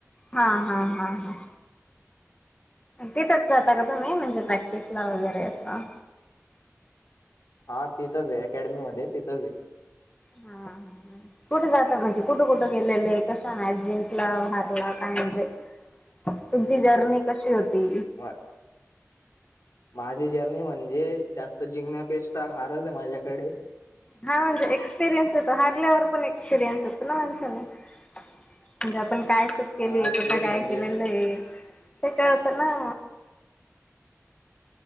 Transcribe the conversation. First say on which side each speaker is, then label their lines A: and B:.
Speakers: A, on the left (about 20°); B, on the left (about 75°).
A: हा हा हा हा. तिथंच जाता का तुम्ही म्हणजे प्रॅक्टिसला वगैरे असं.
B: हा तिथंच आहे अकॅडमी मध्ये तिथंच आहे.
A: हा. कुठे जातात म्हणज कुठं-कुठ गेलेले कश ना जिंकला हरला काय म्हणजे तुमची जर्नी कशी होती?
B: वा. माझी जर्नी म्हणजे जास्त जिंण्यापेक्षा हारच आहे माझ्याकडे.
A: हा म्हणजे एक्सपिरियन्स येतो हारल्यावर पण एक्सपिरियन्स येतो ना माणसाला. म्हणजे आपण काय चूक केली
B: हा
A: कुठे
B: तेच
A: काय
B: म्हणजे
A: केलेलं आहे ते कळत ना.